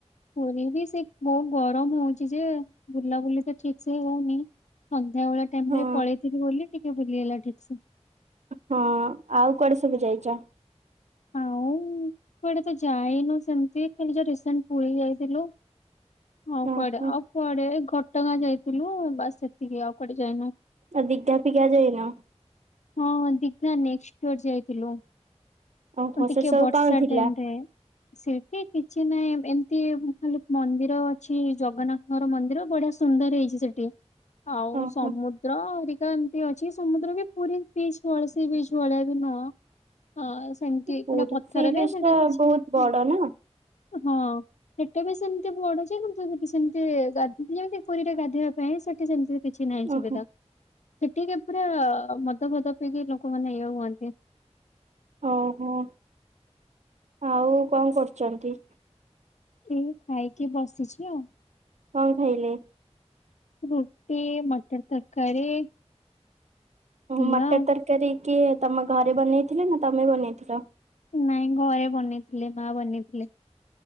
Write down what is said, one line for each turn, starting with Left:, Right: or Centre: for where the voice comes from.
Left: ପୁରୀ ବି ସେ ବହୁତ୍ ଗରମ ହଉଛି ଯେ ବୁଲାବୁଲି ତ ଠିକ୍ ସେ ହଉନି। ସନ୍ଧ୍ୟାବେଳ ଟାଇମ୍
Right: ହଁ
Left: ରେ ପଳେଇଥିଲି ବୋଲି ଟିକେ ବୁଲିହେଲା ଠିକ୍ ସେ।
Right: ହଁ ଆଉ କୁଆଡେ ସବୁ ଯାଇଛ?
Left: ଆଉ କୁଆଡେ ତ ଯାଇନୁ ସେମିତି ଖାଲି ଯାହା ରିସେଣ୍ଟ ପୁରୀ ଯାଇଥିଲୁ। ଆଉ
Right: ଓହୋ।
Left: କୁଆଡେ ଆଉ କୁଆଡେ ଘଟଗାଁ ଯାଇଥିଲୁ ବାସ ସେତିକି ଆଉ କୁଆଡେ ଯାଇନୁ।
Right: ଆ ଦିଗା ଫିକା ଯାଇନ।
Left: ହଁ ଦିଘା ନେକ୍ର ଯାଇଥିଲୁ।
Right: ଓହୋ
Left: ଟିକେ
Right: ସେ ସବୁ
Left: ବର୍ଷା
Right: କଣ ଥିଲା?
Left: ଟାଇମ ରେ ଶିଳ୍ପୀ କିଛି ନାହିଁ ଏମିତି ଖାଲି ମନ୍ଦିର ଅଛି ଜଗନ୍ନାଥ ଘର ମନ୍ଦିର ବଢ଼ିଆ ସୁନ୍ଦର ହେଇଛି ସେଠି ଆଉ
Right: ଓହୋ।
Left: ସମୁଦ୍ର ଅବିକା ଅଛି ସମୁଦ୍ର ବି ପୁରୀ ବିଚ୍ ଭ ସି ବିଚ୍ ଭଳିଆ <unintelligible> ହଁ ସେମତି ଏଇଖୁଣା
Right: ପୁରୀ
Left: ପଥରରେ
Right: ସି ବିଚ୍
Left: ସେଠି
Right: ଟା
Left: କିଛି
Right: ବହୁତ
Left: ହୁଁ
Right: ବଡ ନା
Left: ହଁ ସେଟା ବି ସେମିତି ବଡୁଛି କିନ୍ତୁି ସେମିତି ଗାଧି ଯେମତି ପୁରୀରେ ଗାଧୋଇବା ପାଇଁ ସେଠି ସେମିତି କିଛି ନାହିଁ ସୁବିଧା
Right: ଓହୋ
Left: ସେଠିକି ପୁରା ମଦଭଦ ପିଇକି ଲୋକମାନେ ଇଏ ହୁଅନ୍ତି।
Right: ଓହୋ ଆଉ କଣ କରୁଛନ୍ତି?
Left: ଏଇ ଖାଇକି ବସିଛି ଆଉ।
Right: କଣ ଖାଇଲେ?
Left: ରୁଟି, ମଟର ତରକାରୀ ଏଇଆ
Right: ମଟର
Left: ଆଉ
Right: ତରକାରୀ କିଏ ତମ ଘରେ ବନେଇଥିଲେ, ନା ତମେ ବନେଇଥିଲ?
Left: ନାଇଁ ଘରେ ବନେଇଥିଲେ, ମା ବନେଇଥିଲେ।